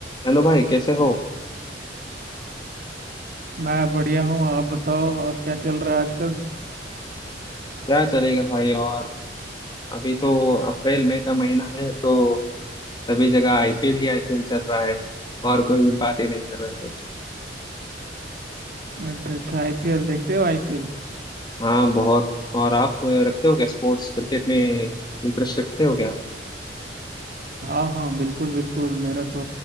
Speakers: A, on the left; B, on the right.
A: Hello भाई कैसे हो
B: मैं बढ़िया हूँ आप बताओ और क्या चल रहा है आजकल
A: क्या चलेगा भाई और अभी तो अप्रैल मई का महीना है तो सभी जगह आईपीएल ही आईपीएल चल रहा है और कोई भी बात ही नहीं चल रहा है कुछ
B: अच्छा अच्छा आईपीएल देखते हो आईपीएल
A: हाँ बहुत और आप रखते हो क्या स्पोर्ट्स क्रिकेट में इंटरेस्ट रखते हो क्या
B: हाँ हाँ बिल्कुल बिल्कुल मेरा तो